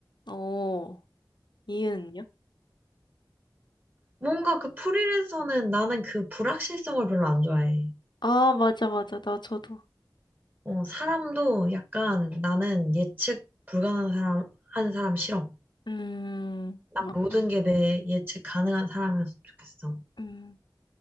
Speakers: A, on the left; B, on the right.
A: 오, 이은은요?
B: 뭔가 그 프리랜서는 나는 그 불확실성을 별로 안 좋아해.
A: 아, 맞아, 맞아. 나 저도.
B: 어, 사람도 약간 나는 예측 불가능한 사람, 하는 사람 싫어.
A: 음,
B: 난
A: 맞아.
B: 모든 게 내 예측 가능한 사람이었으면 좋겠어.
A: 음.